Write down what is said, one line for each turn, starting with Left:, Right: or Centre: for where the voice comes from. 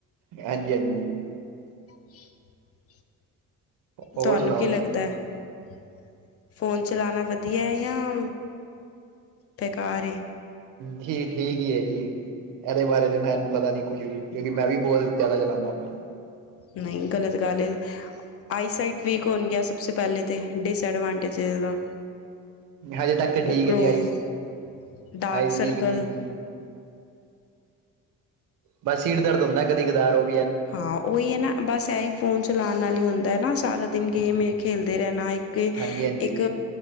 Right: ਹਾਂਜੀ ਹਾਂਜੀ
Left: <unintelligible>
Right: ਹੋਰ
Left: ਤੁਹਾਨੂੰ
Right: ਸੁਣਾਓ
Left: ਕੀ ਲੱਗਦਾ
Right: ਜੀ
Left: ਹੈ ਫੋਨ ਚਲਾਉਣਾ ਵਧੀਆ ਹੈ ਜਾਂ ਬੇਕਾਰ
Right: ਜੀ ਠੀਕ ਹੀ ਹੈ ਜੀ ਇਹਦੇ ਬਾਰੇ ਤੇ ਮੈਂੂੰ ਪਤਾ ਨੀ ਕੁੱਝ ਵੀ ਕਿਉਂਕਿ ਮੈਂ ਵੀ ਬਹੁਤ ਜ਼ਿਆਦਾ ਚਲਾਉਦਾ ਫੋਨ
Left: ਨਹੀਂ ਗਲਤ ਗੱਲ ਹੈ ਆਈਸਾਈਟ ਵੀਕ ਹੋਣ ਗਿਆ ਸਭ ਤੋਂ ਪਹਿਲੇ ਤਾਂ ਡਿਸਐਡਵਾਂਟੇਜ ਦਾ
Right: ਹਜੇ ਤੱਕ ਤੇ ਠੀਕ
Left: ਉਪਰੋਂ
Right: ਹੈ ਜੀ ਆਈਸ
Left: ਡਾਰਕ
Right: ਆਈਸ ਵੀਕ
Left: ਸਰਰਕਲ
Right: ਨੀ ਹੈਗੀ ਬਸ ਸੀਰ ਦਰਦ ਹੁੰਦੈ ਕਦੀ ਕਦਾਰੋ।
Left: ਹਾ, ਓਈ ਏ ਨਾ ਬਸ ਐ ਫੋਨ ਚਲਾਨ ਨਾਲ ਈ ਹੁੰਦਾ ਐ ਨਾ, ਸਾਰਾ ਦਿਨ ਗੇਮ ਏ ਖੇਲਦੇ ਰੈਨਾ ਏਕ,
Right: ਹਾਂਜੀ ਹਾਂਜੀ
Left: ਏਕ